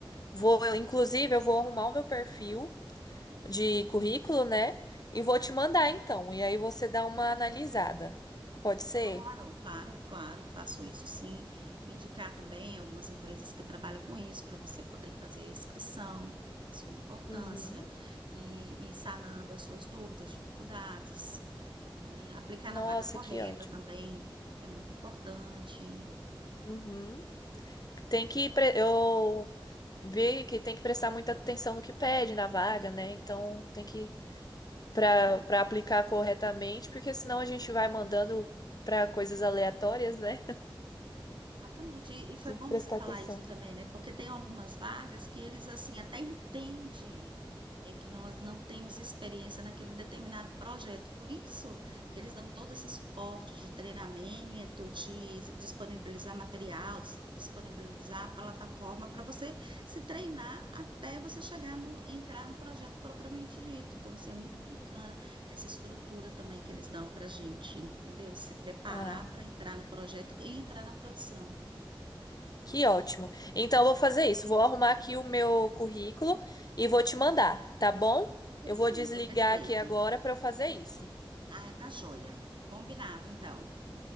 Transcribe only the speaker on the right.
Claro, claro, claro, faço isso sim. Indicar também algumas empresas que trabalham com isso, para você poder fazer inscrição, de suma importância,
e e sanando as suas dúvidas, dificuldades, né. Aplicar
na vaga correta
também é muito importante.
Exatamente. E e foi
bom
você
falar isso também, né? Porque tem algumas vagas que eles assim até entendem é que nós não temos experiência naquele determinado projeto. Por isso que eles dão todo esse suporte de treinamento, de s- disponibilizar material, s- disponibilizar a plataforma para você se treinar até você chegar no entrar no projeto propriamente dito. Então, assim, é muito bacana essa estrutura também que eles dão para a gente, entendeu? Se preparar
para entrar no projeto e entrar na produção.
Perfeito,
perfeito.
Ah, tá joia. Combinado, então.